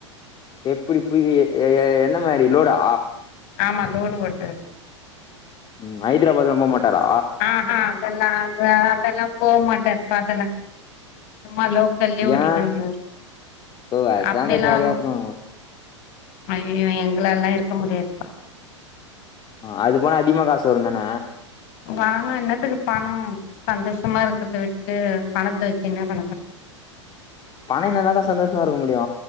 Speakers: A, on the left; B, on the left.
A: எப்படி பு எ என்ன மாரி லோடா
B: ஆமா லோடு ஓட்றது
A: ம் ஹதராபாத் ரொம்ப மா டரா
B: ஆஹா அதெல்லா அ அதெல்லா போகமாட்டார்பா அதெல்லா சும்மா லோக் சல்லி ஓட்டிட்டு
A: ஏ
B: வந்துருவாரு
A: ஓ அதான்க்கா
B: அப்படியெல்லா
A: ஜாலியா இருக்கு
B: அய்யயோ எங்கலாலா இருக்க முடியாதுப்பா
A: ஆ அது போன அதிகமா காசு வருந்தான
B: வாங்கா என்னத்துக்கு பணோ சந்தோஷமா இருக்கறத விட்டுட்டு பணத்த வச்சு என்ன பண்ணப்போற
A: பண இருந்தாதாக்கா சந்தோஷமா இருக்க முடியு